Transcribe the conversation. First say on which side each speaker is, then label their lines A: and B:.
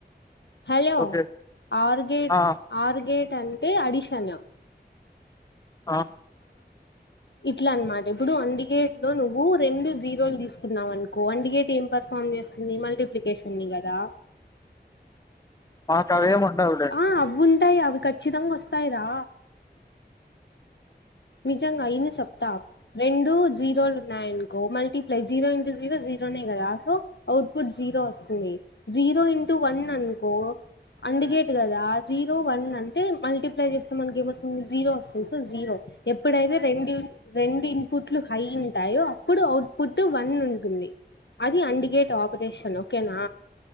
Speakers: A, on the left; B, on the left.
A: హలో
B: ఓకే
A: ఆర్ గేట్
B: ఆ
A: ఆర్ గేట్ అంటే అడిషన్
B: ఆ
A: ఇట్లా అన్నమాట ఇప్పుడు అండ్ గేట్ లో నువ్వు రెండు జీరోలు తీసుకున్నావు అనుకో అండ్ గేట్ ఏం పర్ఫార్మ్ చేస్తుంది మల్టిప్లికేషన్ ని కదా
B: మాకు అవేమి ఉండవులే
A: ఆ అవింటాయి అవి ఖచ్చితంగా వస్తాయి రా నిజంగా విను చెప్తా రెండు జీరో ఉనాయి అనుకో multiply zero into zero zero కదా సో అఔట్ పట్ జీరో వస్తుంది జీరో ఇంటూ వన్ అనుకో అందుగేట్ కదా జీరో వన్ అంటే మల్టిప్లై చేస్తే మనకి ఏమొస్తుంది జీరో వస్తుంది సో జీరో ఎప్పుడైతే రెండు రెండు ఇన్పుట్లు హై ఉంటాయో ఇప్పుడు అఔట్పుట్ వన్ ఉంటుంది అది అండిగేట్ ఆపరేషన్ ఓకేనా